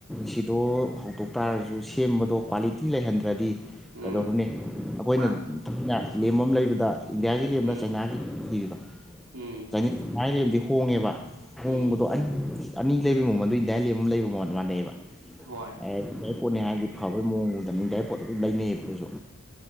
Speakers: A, in the centre; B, on the right.
A: ꯁꯤꯗꯣ ꯍꯧꯗꯣꯛ ꯇꯥꯔꯁꯨ ꯁꯦꯝꯕꯗꯣ ꯀ꯭ꯋꯥꯂꯤꯇꯤ ꯂꯩꯍꯟꯗ꯭ꯔꯗꯤ
B: ꯎꯝ
A: ꯀꯩꯗꯧꯕꯅꯤ ꯑꯩꯈꯣꯏꯅ
B: ꯃꯥꯅꯤ
A: ꯊꯅ ꯂꯦꯝꯕ ꯑꯃ ꯂꯩꯕꯗ ꯏꯟꯗꯤꯌꯥꯒꯤ ꯂꯦꯝꯅ
B: ꯎꯝ
A: ꯆꯩꯅꯥꯒꯤ ꯏꯔꯤꯗꯣ
B: ꯎꯝ
A: ꯀꯩꯅꯃꯥꯏ ꯂꯩꯕꯗꯤ ꯍꯣꯡꯉꯦꯕ ꯍꯣꯡꯕꯗꯣ
B: ꯎꯝ
A: ꯑꯅꯤ ꯑꯅꯤ ꯂꯩꯕ ꯃꯃꯜꯗꯣ ꯏꯟꯗꯤꯌꯥ ꯂꯦꯞ ꯑꯃ ꯂꯩꯕ ꯃꯃꯜ ꯃꯥꯟꯅꯩꯑꯦꯕ
B: ꯍꯣꯏ
A: ꯢꯟꯗꯤꯌꯥꯔ ꯄꯣꯠꯅꯤ ꯍꯥꯏꯔꯗꯤ ꯐꯕꯒꯤ ꯃꯑꯣꯡꯗ ꯏꯟꯗꯤꯌꯥꯔꯄꯣꯠ ꯑꯗꯨꯝ ꯂꯩꯅꯩꯌꯦꯕ
B: ꯎꯝ
A: ꯑꯗꯨꯈꯣꯏꯁꯨ